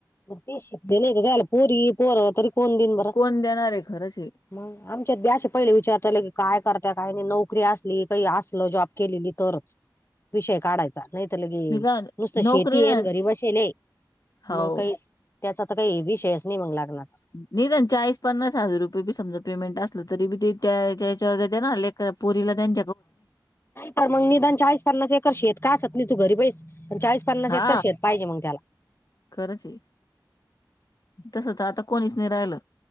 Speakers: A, on the left; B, on the left.
A: ते शिकलेले नाही का त्याला पोरी पोर तरी कोण दिल बर
B: कोण देणार आहे खरंच हे
A: मग आमच्यात ब्या अस पहिले विचारताले की काय करता काही नाही नोकरी असली काही असलं जॉब केलेली तोरच विषय काढायचा नाहीत लगी
B: मी काय म्हणते,
A: नुसतं
B: नोकरी
A: शेती
B: ना
A: येन घरी बसेले आहे.
B: हो
A: मग काही त्याचा तर काही विषयच नाही मग लागणारचा
B: नाही जा चाळीस पन्नास हजार रुपये बी समजा पेमेंट असल तरी बी ते त्याच्यावर नाले प पुरीला दिन
A: तर मग निदान ळी पन्नास एकर शेत का होतली तू घरी बेस पण चास पन्नास
B: हा
A: एकर शेत पाहिजे मग त्याला
B: खरंच आहे तस तर आता कोणीच नाही राहिलं.